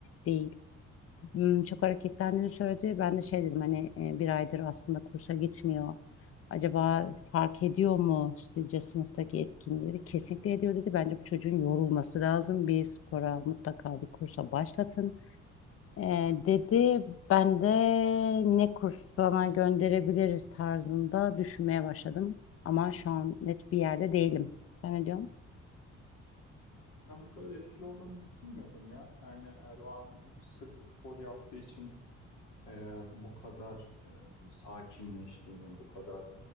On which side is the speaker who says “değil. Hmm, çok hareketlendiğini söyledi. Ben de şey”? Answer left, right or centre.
Left